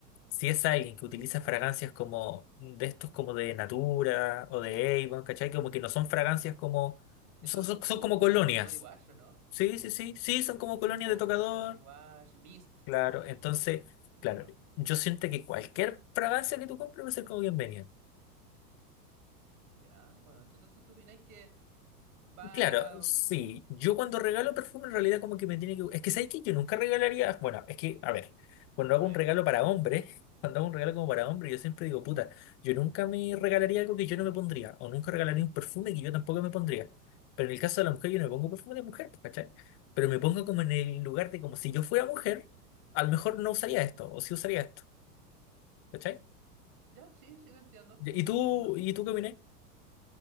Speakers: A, on the left; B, on the right.
A: Si es alguien que utiliza fragancias como de estos como de Natura o de Avon, ¿cachai? Como que no son fragancias como...
B: Esos
A: Son, son,
B: son como
A: son como colonias.
B: body wash, ¿o no?
A: Sí,
B: Como,
A: sí, sí, sí, son como colonias
B: como
A: de tocador.
B: body wash, mist,
A: Claro,
B: como
A: entonces,
B: muy ligero.
A: claro, yo siento que cualquier fragancia que tú compres va a ser como bienvenida.
B: Ya, bueno, entonces tú opináis que Va.
A: Claro, sí. Yo cuando regalo perfume, en realidad como que me tiene que... Es que ¿sabes que Yo nunca regalaría... Bueno, es que, a ver, cuando hago
B: A
A: un
B: ver.
A: regalo para hombres, <laughs> cuando hago un regalo como para hombres, yo siempre digo, puta, yo nunca me regalaría algo que yo no me pondría, o nunca regalaría un perfume que yo tampoco me pondría. Pero en el caso de la mujer, yo no me pongo perfume de mujer, pues, ¿cachai? Pero me pongo como en el lugar de como si yo fuera mujer, a lo mejor no usaría esto, o sí usaría esto, ¿cachai?
B: Ya, sí, sí, te entiendo.
A: ¿Y
B: Te
A: tú,
B: entiendo.
A: y tú qué opinas?